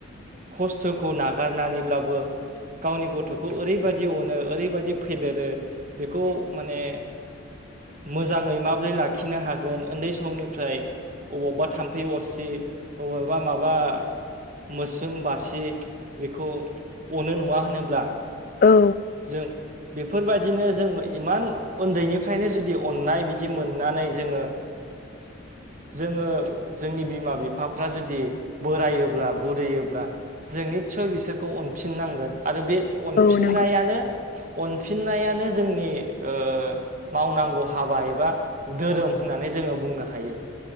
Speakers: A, on the right (about 40°); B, on the left (about 45°).
A: खस्थखौ नागारनानैब्लाबो गावनि गथखौ ओरैबायदि अनो ओरैबायददि फेदेरो बेखौ माने मोजाङै माबोरै लाखिनो हागोन उन्दै समनिफ्राय अबावबा थाम्फै अरसि अबावबा माब बा मोसोम बासि बेखौ अनो नङा होनोब्ला
B: औ
A: जों बेफोरबायदिनो जों इमान उन्दैनिफ्रायनो जुदि अननाय बिदि मोननानै जोङो जोङो जोंनि बिमा बिफाफ्रा जुदि बोरायोब्ला बुरुरैयोब्ला जों निथसय बिसोरखौ अनफिननांगोन आरो बे अनफिननायानो
B: औ नंगौ
A: अनफिननायानो जोंनि ओ मावनांगौ हाबा एबा धोरोम होननानै जोङो बुंनो हायो